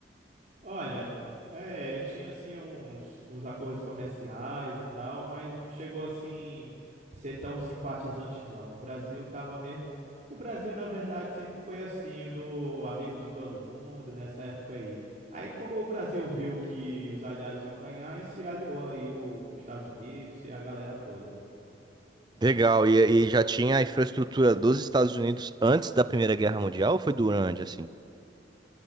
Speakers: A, on the right; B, on the right.
A: Olha, é, tinha assim uns, uns acordos comerciais e tal, mas não chegou assim ser tão simpatizante, não. O Brasil tava mesmo. O Brasil, na verdade, sempre foi assim, o do amigo de todo mundo nessa época aí. Aí, como o Brasil viu que os aliados iam ganhar, e se aliou aí o- os Estados Unidos e a galera toda.
B: Legal. E, e já tinha a infraestrutura dos Estados Unidos antes da Primeira Guerra Mundial ou foi durante, assim?